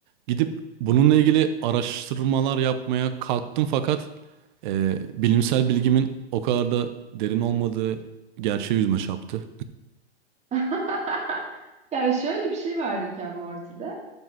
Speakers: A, on the right; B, on the right.
A: gidip bununla ilgili araştırmalar yapmaya kalktım fakat e, bilimsel bilgimin o kadar da derin olmadığı gerçeği yüzüme çarptı.
B: <laughs> Ya şöyle bir şey var Rick and Morty'de.